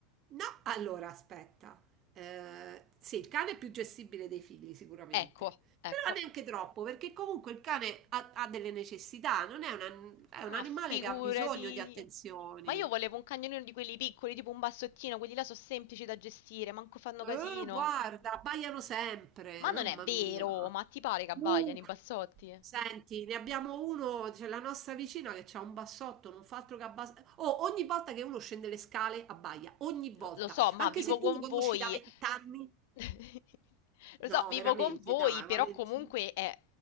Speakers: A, on the right; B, on the left.
A: No, allora aspetta. Eh, sì, il cane è più gestibile dei figli, sicuramente.
B: Ecco, ecco.
A: Però neanche troppo, perché comunque il cane ha, ha delle necessità, non è un, an- è un
B: Ma
A: animale
B: figurati.
A: che ha bisogno di attenzioni.
B: Ma io volevo un cagnolino di quelli piccoli, tipo un bassottino, quelli là sono semplici da gestire, manco fanno
A: Eh,
B: casino.
A: guarda, abbaiano sempre,
B: Ma non
A: mamma
B: è vero,
A: mia.
B: ma ti pare che abbaiano
A: Uh.
B: i bassotti?
A: Senti, ne abbiamo uno, c'è la nostra vicina che ha un bassotto, non fa altro che abbassare. Oh, ogni volta che uno scende le scale abbaia, ogni volta,
B: Lo, lo so, ma
A: anche
B: vivo
A: se tu
B: con
A: lo conosci
B: voi
A: da vent'anni.
B: <laughs> Lo so,
A: No,
B: vivo
A: veramente,
B: con voi,
A: dai,
B: però
A: Valentina.
B: comunque è,